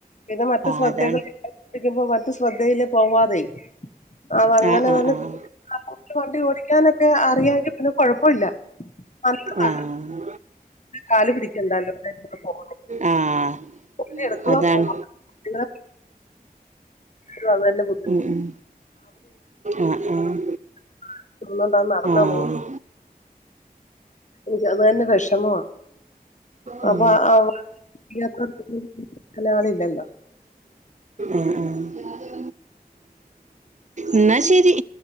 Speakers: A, on the left; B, on the right.
A: പിന്നെ മറ്റെ
B: ആഹ്
A: ശ്രദ്ധകൾ
B: അതാണ്
A: <unintelligible> ശ്രദ്ധയില് പോവാതെ അത് അങ്ങനെ
B: ആഹ് ആഹ്
A: തന്നെ വണ്ടി ഓടിക്കാനൊക്കെ അറിയാെങ്കിൽ പിന്നെ കൊഴപ്പല്ല ന്നലതാ.
B: ആഹ് ആഹ്
A: കാല്ല് പിടിക്കണ്ടല്ലോ <inaudible>
B: ആഹ്
A: കുട്ടി എടുക്കുക
B: അതാണ്
A: പോവാ ങ്ങനെ <unintelligible> നം
B: ഉം ഉം ആഹ് ആഹ്
A: <unintelligible> നടന്ന
B: ആഹ്
A: പോന്ന? ഇതാവു ന്നെ വിഷമ
B: ഉം
A: അപ്പൊ ആ ആ <unintelligible> അയ്ല്ആള് ഇല്ലല്ലോ
B: ആഹ് ആഹ് എന്നാ ശരി.